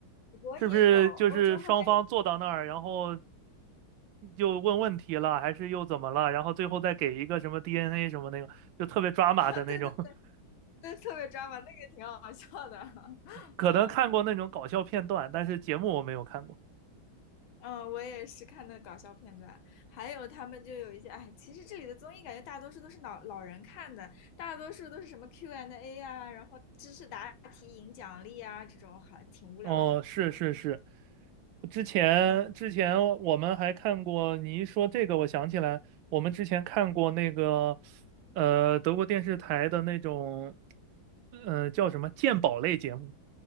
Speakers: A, on the left (about 80°); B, on the right (about 80°).
A: 我也有，
B: 是不是就是双方坐到那儿，
A: 欧洲后来，
B: 然后又问问题了，还是又怎么了？然后最后再给一个什么 DNA 什么那个，就特别抓马的那种。
A: <laughs> 啊，对对
B: <laughs>
A: 对，特别抓马，那个挺好笑的。<laughs>
B: 可能看过那种搞笑片段，
A: 嗯
B: 但是节目我没有看过。
A: 嗯，我也是看的搞笑片段，还有他们就有一些，哎，其实这里的综艺感觉大多数都是老老人看的，大多数都是什么 Q&A 啊，然后知识答题赢奖励啊，这种还挺无聊的。
B: 哦，是是是，之前之前我们还看过，
A: 嗯，
B: 你一说这个，我想起来，我们之前看过那个，呃，德国电视台的那种，呃，叫什么鉴宝类节目，